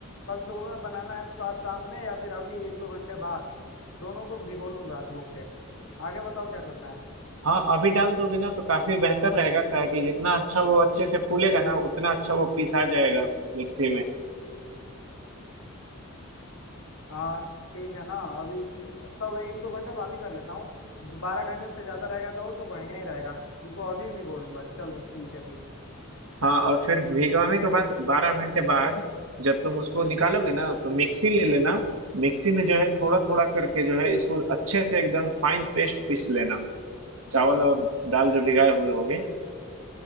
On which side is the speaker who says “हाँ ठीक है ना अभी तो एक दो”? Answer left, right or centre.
Left